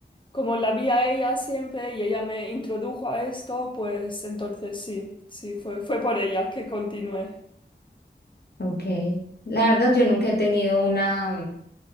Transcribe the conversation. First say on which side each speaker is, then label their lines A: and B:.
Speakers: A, on the left; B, on the left.
A: como la vi a ella siempre y ella me introdujo a esto, pues entonces sí, sí, fue, fue por ella que continué.
B: Ok. La verdad, yo nunca he tenido una,